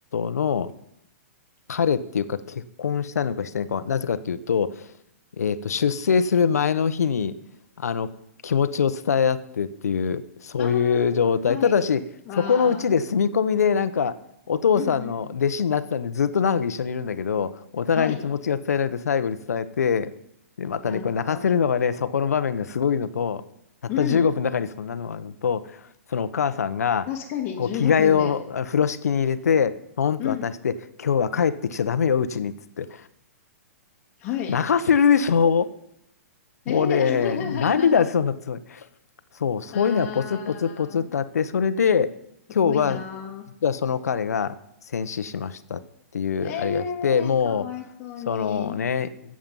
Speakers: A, on the left; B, on the left.
A: の、彼っていうか結婚したのかしてないのかは、なぜかというと、えっと、出征する前の日に、あの、気持ちを伝え合ってっていう、そういう状態。
B: ああ、はい。
A: ただし、
B: わあ。
A: そこのうちで住み込みで、なんか、お父さんの弟子になってたんで、
B: うんうん。
A: ずっと長く一緒にいるんだけど、お互いに気持ちが伝えられて、
B: はい。
A: 最後に伝えて、で、またね、
B: なんと。
A: これ泣かせるのがね、そこの場面がすごいのと、たった15分の中にそんなのがあるのと、
B: うん。
A: そのお母さんが、
B: 確かに、
A: こう、
B: 15分で。
A: 着替えをあ風呂敷に入れて、ポンと渡して、
B: うん。
A: 今日は帰ってきちゃダメよ、うちに、っつって。
B: はい。
A: 泣かせるでしょもうね、
B: ええ <laughs>
A: 涙しそうになってた、そう、そういうのがポツポツポツってあって、
B: ああ、
A: それで、
B: すごいなー。
A: 今日は、実はその彼が戦死しましたっていうあれが来て、
B: ええー、
A: もう、
B: かわいそうに。
A: そのね、